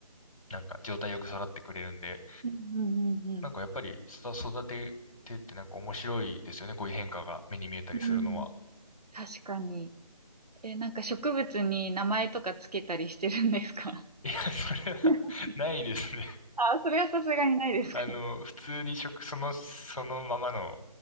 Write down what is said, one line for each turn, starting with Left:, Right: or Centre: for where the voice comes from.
Left: う、なんか状態よく育ってくれるんで、
Right: うん、うん、うん、
Left: なんかやっぱり育育ててってなんか面白いですよね。こういう変化が目に見えたりするのは。
Right: うん。うん確かに。え、なんか植物に名前とかつけたりしてるんですか
Left: いや、それは
Right: <laughs>
Left: <laughs> ないですね。
Right: あ、それはさすがにないですか
Left: あの、普通に食、その、そのままの